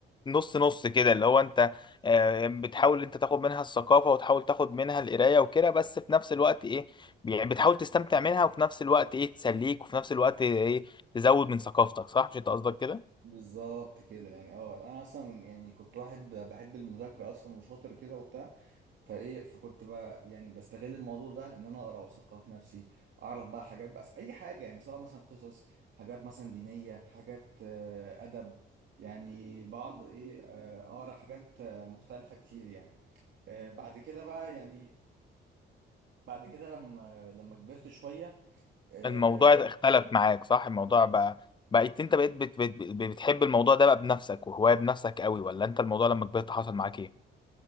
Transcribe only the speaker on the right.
بالظبط كده يعني اه انا اصلا يعني كنت واحد بحب المذاكره اصلا وشاطر كده وبتاع فايه فكنت بقى يعني بستغل الموضوع ده ان انا اقرا واثقف نفسي اعرف بقى حاجات بقى اي حاجه يعني سواء مثلا قصص حاجات مثلا دينيه حاجات آه، ادب يعني بعض ايه آه، اقرا حاجات آه، مختلفه كتير يعني آه، بعد كده بقى يعني بعد كده لما لما كبرت شويه آه،